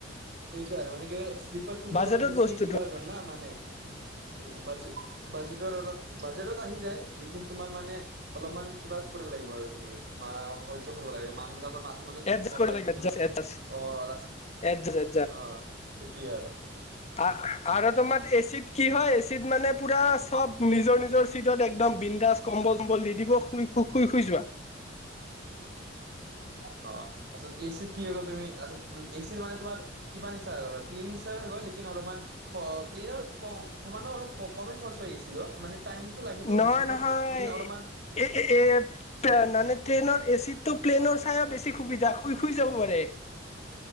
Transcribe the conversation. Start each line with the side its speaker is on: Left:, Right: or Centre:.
Right: সেইটোৱে আৰু। মানে কি হয় শ্লিপাৰ খনটো
Left: বাজেটত
Right: অলপ বেছি
Left: বস্তুটো
Right: কিবা হৈ গ'ল না মানে। উ বাজে- বাজেটৰ অলপ, বাজেটত আহি যায়, লেকিন তোমাৰ মানে অলপমান কিবা কৰিব লাগিব আৰু তুমি, বা সহ্য কৰিব লাগিব। মানুহ বিলাকৰ মাজ তো মাজত
Left: এডজাষ্ট
Right: ঘুমাব
Left: কৰিব
Right: লাগিব
Left: লাগে এডজাষ্ট
Right: তুমি।
Left: এডজাষ্ট
Right: অঁ লাষ্ট
Left: এডজাষ্ট
Right: অ। সেইটোৱেই আৰু।
Left: আ- আৰু তোমাৰ এচিত কি হয়, এচিত মানে পুৰা চব নিজৰ নিজৰ চিটত একদম বিন্দাস কম্বল চম্বল দি দিব শুই শু- শুই শুই যোৱা।
Right: <inaudible> অ তাছত এচিত কি হৈ গ'ল তুমি তাৰপাছত, এচিত মানে তোমাৰ কিবা নিচিনা হৈ গ'ল অ প্লেইন নিচিনা হৈ গ'ল লেকিন অলমান, অ প্লেনৰ সমানে অলপ মানে কমে খৰছ হৈছিল, মানে টাইমটো লাগিবই
Left: নহয়
Right: বেছিখন
Left: নহয়।
Right: লেকিন অলপমান
Left: এ এ এ মানে ট্ৰেইনৰ এচি তো প্লেনৰ চাইও বেছি সুবিধা, শুই শুই যাব পাৰে।